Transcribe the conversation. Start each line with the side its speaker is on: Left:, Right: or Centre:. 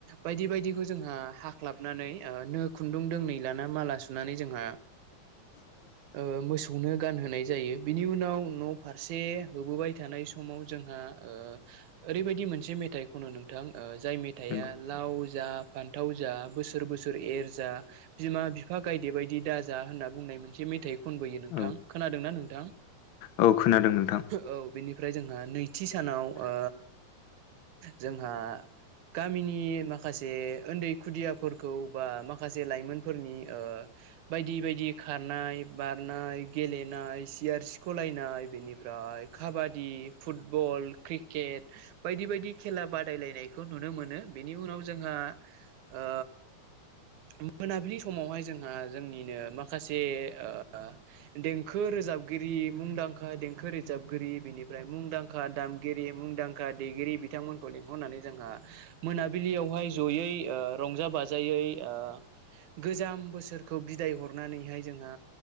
Right: बायदि बायदि जोंहा हाख्लाबनानै ओ नो खुन्दुं दोंनै लाना माला सुनानै जोंहा
Left: <inaudible>
Right: ओ मोसौनो गानहोनाय जायो बिनि उनाव न' फारसे होबोबाय थानाय समाव जोंहा ओ ओरैबायदि मोनसे मेथाइ खनो नोंथां ओ जाय मेथाइआ
Left: नंगौ नोंथां
Right: लाव जा फान्थाव फाथाव जा बोसोर बोसोर एर जा बिमा बिफा गायदे बायदि दा जा होननानै बुंनाय मोनसे मेथाइ खनबोयो नोंथां
Left: औ
Right: खोनादोंना नोंथां
Left: औ खोनादों नोंथां
Right: औ बेनि ओमफ्राय जोंहा नैथि सानाव ओ जोंहा गामिनि माखासे उन्दै खुदियाफोरखौ बा माखासे लाइमोनफोरनि ओ बायदि बायदि खारनाय बारनाय गेलेनाय सियार सिख'लायनाय बेनिफ्राय काबादि फुटबल क्रिकेट बायदि बायदि खेला बादायलायनायखौ नुनो मोनो बेनि उनाव जों जोंहा ओ मोनाबिलि समावहाय जोंहा जोंनिनो मा- माखासे ओ देंखो रोजाबगिरि मुंदांखा देंखो रोजाबगिरि बिनि ओमफ्राय मुंदांखा दामगिरि मुंदांखा देगिरि बिथांमोनखौ लिंहरनानै जोंहा मोनाबिलियाव जयै ओ रंजा बाजायै ओ गोजाम बोसोरखौ बिदाय हर नानै जोंहा